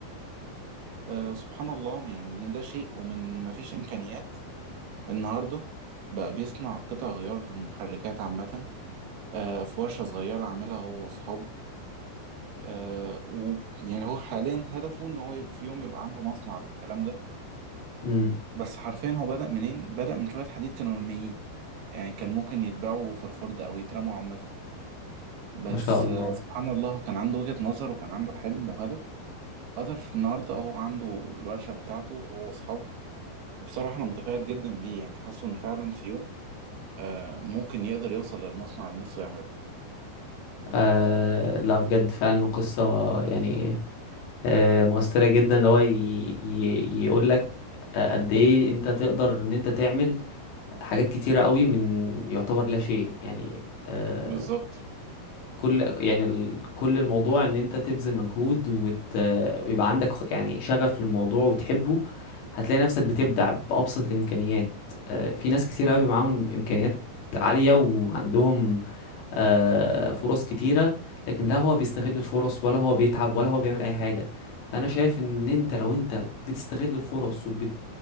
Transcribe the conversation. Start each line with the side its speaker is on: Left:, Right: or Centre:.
Right: آه سبحان الله يعني من لا شيء ومن ما فيش امكانيات النهاردة بقى بيصنع قطع غيار محركات عامة آه في ورشة صغيرة عاملها هو واصحابه آه ويعني هو حاليا هدفه ان هو يبقى في يوم يبقى عنده مصنع للكلام ده
Left: امم
Right: مم. بس حرفيا هو بدأ منين بدأ من شوية حديد كانوا مرميين يعني كان ممكن يتباعوا في الخردة او يترموا عامة بس
Left: ما شاء الله
Right: آه، سبحان الله كان عنده وجهة نظر وكان عنده حلم وهدف قدر النهارده هو عنده الورشة بتاعته هو وأصحابه وبصراحة أنا متفائل جدا بيه يعني حاسه إن فعلا في يوم آه، ممكن يقدر يوصل للمصنع اللي نفسه يعمله
Left: آه لا بجد فعلا قصة يعني آه مؤثرة جدا اللي هو ي... ي... يقول لك آه، قد ايه انت تقدر ان انت تعمل حاجات كتيرة قوي من يعتبر لا شيء يعني آه،
Right: بالظبط
Left: كل يعني ال... كل الموضوع ان انت تبذل مجهود وت... ويبقى عندك خ- يعني شغف للموضوع وتحبه هتلاقي نفسك بتبدع بأبسط الإمكانيات آه، في ناس كتير قوي معاهم إمكانيات عالية وعندهم آه، فرص كتيرة لكن لا هو بيستغل الفرص ولا هو بيتعب ولا هو بيعمل أي حاجة فأنا شايف إن أنت لو أنت بتستغل الفرص وبت